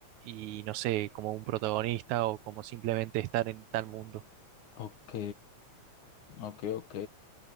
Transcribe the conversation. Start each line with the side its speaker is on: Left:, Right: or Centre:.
Right: y no sé, como un protagonista o como simplemente estar en tal mundo?
Left: Ok, ok, ok.